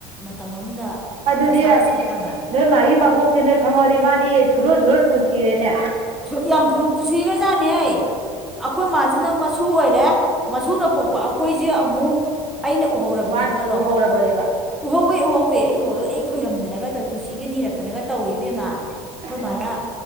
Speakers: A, in the centre; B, on the right.
A: ꯃꯇꯝ ꯑꯃꯗ
B: ꯑꯗꯨꯗꯤ
A: ꯀꯁꯥꯔꯗ ꯆꯠꯄ ꯀꯥꯟꯗ
B: ꯅꯣꯏ ꯃꯥꯒꯤ ꯃꯕꯣꯛꯁꯦ ꯅꯣꯏ ꯈꯪꯍꯧꯔꯗꯤ ꯃꯥꯗꯤ ꯁꯨꯔꯣꯟ ꯁꯨꯔꯣꯟ ꯄꯨꯟꯁꯤꯔꯦꯅꯦ
A: <unintelligible> ꯑꯩꯈꯣꯏ ꯃꯥꯁꯤꯅ ꯃꯁꯨ ꯑꯣꯏꯔꯦ ꯃꯁꯨꯅ ꯄꯣꯛꯄ ꯑꯩꯈꯣꯏꯁꯦ ꯑꯃꯨꯛ ꯑꯩꯅ ꯎꯍꯧꯔꯕꯅꯤ
B: ꯃꯥ
A: ꯈꯜꯂꯣ
B: ꯎꯍꯧꯔꯕꯅꯦꯕ
A: ꯎꯍꯧꯋꯦ ꯎꯍꯧꯋꯦ ꯑꯩ ꯎꯍꯧꯋꯦ ꯑꯩ ꯈꯣꯏꯔꯝꯗꯅꯒ ꯄꯨꯟꯁꯤ ꯅꯤꯔꯛꯇꯅꯒ ꯇꯧꯋꯦ ꯏꯕꯦꯝꯃ ꯑꯩꯈꯣꯏ
B: ꯑꯣ
A: ꯃꯥꯅ